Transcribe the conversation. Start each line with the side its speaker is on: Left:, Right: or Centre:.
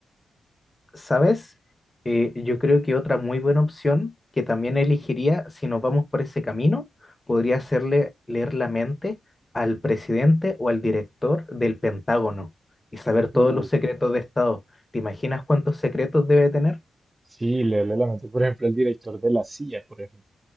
Left: ¿Sabes? Eh, yo creo que otra muy buena opción que también elegiría, si nos vamos por ese camino, podría hacerle leer la mente al presidente o al director del Pentágono y saber todos
Right: Uh,
Left: los secretos de Estado. ¿Te imaginas cuántos secretos debe tener?
Right: sí, leerle la mente, por ejemplo, al director de la CIA, por ejemplo.